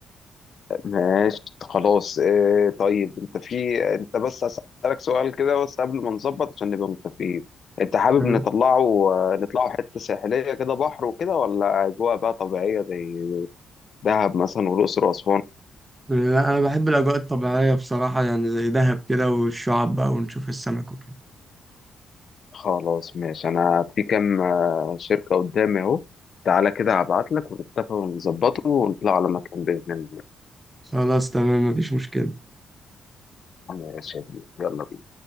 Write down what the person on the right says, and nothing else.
تمام؟
لا أنا بحب الأجواء الطبيعية بصراحة يعني زي دهب كده والشعاب بقى ونشوف السمك وكده
خلاص تمام مفيش مشكلة